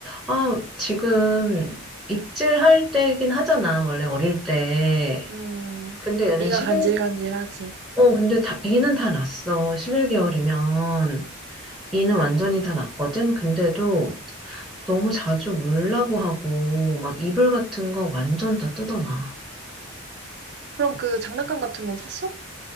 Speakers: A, in the centre; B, on the right.
A: 아, 지금 입질할 때긴 하잖아, 원래 어릴 때.
B: 음,
A: 근데 얘는
B: 이가
A: 11,
B: 간질간질하지.
A: 어, 근데 다, 이는 다 났어. 11개월이면. 이는 완전히 다 났거든? 근데도 너무 자주 물라고 하고, 막 이불 같은 거 완전 다 뜯어놔.
B: 그럼 그 장난감 같은 건 샀어?